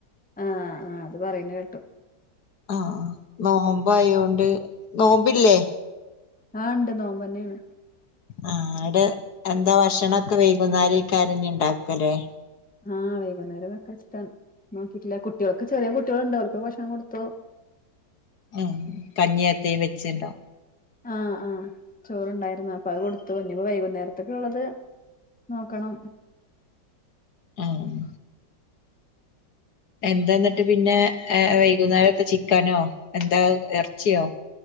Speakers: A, in the centre; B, on the left (about 60°).
A: ആഹ ആഹ അത് പറയുന്ന കേട്ടോ
B: ആഹ നോമ്പ ആയോണ്ട് നോമ്പില്ലേ
A: കണ്ട് നോ പറന്നെയാണ്
B: ആ ഇടെ എന്താ ഭക്ഷണംൊക്കെ വൈകുന്നര കരഞ്ഞ ഉണ്ടാക്കല്ലേ
A: ആഹ് വൈകുന്നേരംൊക്കെ വച്ചിട്ടാൻ നോക്കിട്ടില്ല കുട്ടികൾക്ക്െ ചെറിയ കുട്ടികൾുണ്ടോ അവപ്പ ഭക്ഷണം കൊടുത്തോ <unintelligible>
B: മ്മ് കഞ്ഞിയത്തെ വെച്ചിണ്ടോ
A: ആഹ് ആഹ് ചോറുണ്ടായിരുന്നു അപ്പൊ അത് കൊടുത്തു ഇനീപ്പോ വൈകുന്നേരത്തേക്ക് ഉള്ളത് നോക്കണം
B: ആഹ് എന്താ എന്നിട്ട് പിന്നെ ഏഹ് വൈകുന്നേരത്തെ ചിക്കനോ എന്താ ഇറച്ചിയോ